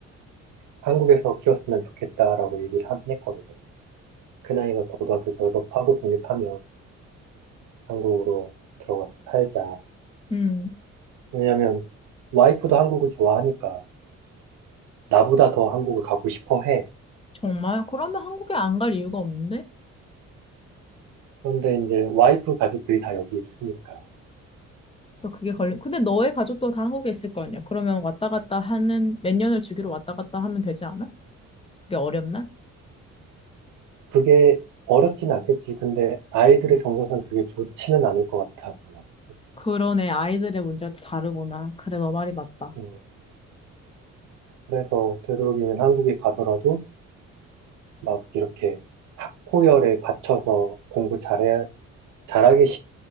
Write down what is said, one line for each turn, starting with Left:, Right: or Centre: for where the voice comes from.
Right: 한국에서 키웠으면 좋겠다라고 얘기를 하긴 했거든요. 큰 아이가 고등학교 졸업하고 독립하면 한국으로 들어가서 살자.
Left: 음,
Right: 왜냐면 와이프도 한국을 좋아하니까. 나보다 더 한국을 가고 싶어 해.
Left: 정말? 그러면 한국에 안 갈 이유가 없는데?
Right: 그런데 이제 와이프 가족들이 다 여기 있으니까.
Left: 또 그게 걸려. 근데 너의 가족도 다 한국에 있을 거 아니야? 그러면 왔다 갔다 하는, 몇 년을 주기로 왔다 갔다 하면 되지 않아? 그게 어렵나?
Right: 그게 어렵진 않겠지. 근데 아이들의 정서상 그게 좋지는 않을 것 같아서 말이지.
Left: 그러네, 아이들의 문제도 다르구나. 그래, 너 말이 맞다.
Right: 음, 그래서 되도록이면 한국에 가더라도 막 이렇게 학구열에 받쳐서 공부 잘해, 잘하게 시,